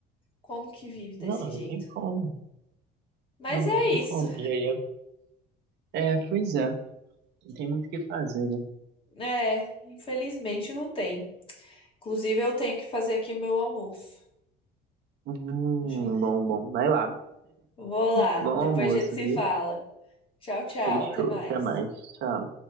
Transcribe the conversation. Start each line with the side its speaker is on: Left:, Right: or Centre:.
Left: Como que vive desse
Right: Não, não
Left: jeito?
Right: tem como.
Left: Mas
Right: Não, não
Left: é
Right: tem como.
Left: isso.
Right: E aí, é, é, pois é, não tem muito o que fazer, né?
Left: É, infelizmente não tem. Inclusive, eu tenho que fazer aqui o meu almoço.
Right: Hum,
Left: Deixa eu-
Right: bom, bom. Vai lá.
Left: Vou lá,
Right: Bom
Left: depois
Right: almoço,
Left: a gente se
Right: viu?
Left: fala. Tchau, tchau,
Right: Fechou.
Left: até mais.
Right: Até mais. Tchau.